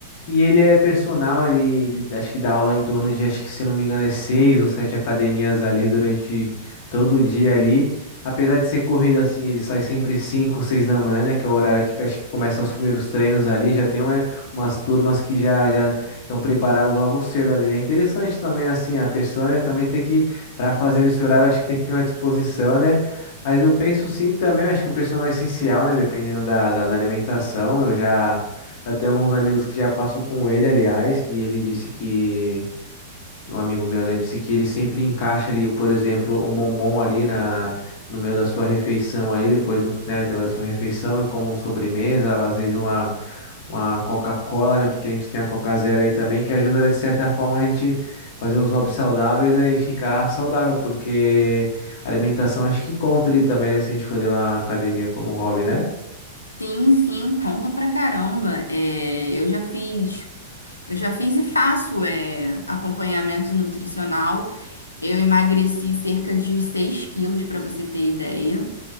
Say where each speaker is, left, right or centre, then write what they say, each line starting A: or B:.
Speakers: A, on the left; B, on the left.
A: E ele é personal, ele, ele acho que dá aula em torno de, acho que se eu não me engano, é seis ou sete academias ali durante todo o dia ali. Apesar de ser corrido assim, ele sai sempre cinco, seis da manhã, né, que é o horário que acho que começam os primeiros treinos ali. Já tem uma- umas turmas que já já estão preparadas logo cedo ali, né? Interessante também assim a pessoa, né, também tem que para fazer nesse horário, acho que tem que ter uma disposição, né? Mas eu penso sim também, eu acho que um personal é essencial, né, dependendo da, da da alimentação. Eu já eu tenho alguns amigos que já passou com ele, aliás, e ele disse que, um amigo meu, né, disse que ele sempre encaixa ali, por exemplo, um bombom ali na, no meio da sua refeição aí, depois, né, da sua refeição e como sobremesa, às vezes uma, uma Coca-Cola, né, porque a gente tem a Coca Zero aí também, que ajuda, né, de certa forma, a gente fazer os hobbies saudáveis, né, e ficar saudável, porque a alimentação acho que conta ali também, né, se a gente for levar a academia como hobby, né?
B: Sim, sim, conta pra caramba. É, eu já fiz, eu já fiz e faço é, acompanhamento nutricional. Eu emagreci cerca de 6 quilos, pra você ter ideia.